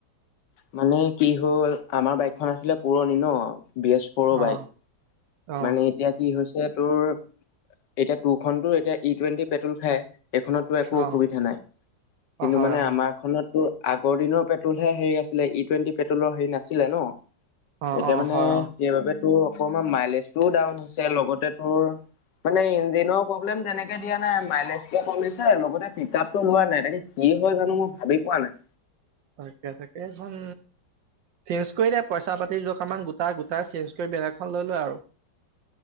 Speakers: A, on the left; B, on the right.
A: মানে কি হ'ল আমাৰ বাইকখন আছিলে পুৰণি ন বৃহস্প সৰু
B: অ
A: বাইক
B: অ
A: মানে এতিয়া কি হৈছে তোৰ এতিয়া টু খনটো এতিয়া ই টুৱেণ্টি পেট্ৰল খায় এইখনত টো একো
B: অ
A: অসুবিধা নাই কিন্তু
B: অ হয়
A: মানে
B: অ
A: আমাৰ খতো আগৰ দিনৰ পেট্ৰলহে হেৰি আছে আছিল ই টুৱেণ্টি পেট্ৰলৰ হেৰি নাছিলে ন
B: অ
A: এতিয়া
B: অ
A: মানে
B: হয় অ
A: সেইবাবে তোৰ অকণমান মাইলেজটোও ডাউন হৈছে লগতে তোৰ মানে ইঞ্জিনৰ প্ৰব্লেম তেনেকে দিয়া নাই মাইলেজ কমিছে লগতে পিক আপতটো লোৱা নাই তাকে কি হয় জানো মই ভাবি পোৱা নাই
B: <unintelligible> এই খন চেঞ্জ কৰি দে পইচা পাতিৰ জকামান গোটা গোটাই চেঞ্জ কৰি বেলেগ এখন লৈ লোৱা আৰু